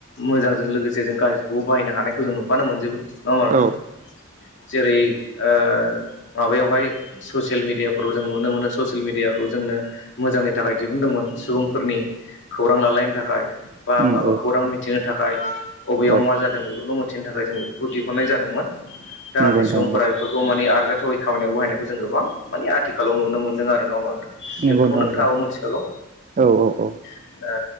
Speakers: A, on the left (about 60°); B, on the right (about 35°).
A: मोजांजों लोगोसे जों गाज्रिखौबो बाहायनो हानायखौ जों नुफानो नो मोनजोबो नङा होमबा नोंथां?
B: औ
A: जेरै ओ माबायावहाय ससियेल मिडियाफोराव जों नुनो मोनो ससियेल मिडिया खौ जोंनो मोजांनि थाखाय दिहुनदोंमोन सुबुंफोरनि खौरां लालायनो थाखाय बा
B: उम
A: माबा
B: औ
A: खौरां मिथिनो थाखाय अबेयाव
B: औ
A: मा जादों बेफोरखौ मिथिनो थाखाय जों बेफोरखौ दिहुननाय जादोंमोन। जाहाथे
B: नंगौ नोंथां
A: सुबुंफोरा बेफोरखौ माने आरो जाथावै खामानियाव बाहायनायखौ जों गोबां माने आथिखालाव नु मोनदों आरो नङा होमबा नोंथां
B: नंगौ
A: बेफोरखौ
B: नंगौ नोंथां
A: नोंथाङाबो
B: नंगौ
A: मोनथिखागौ।
B: औ औ औ
A: ओ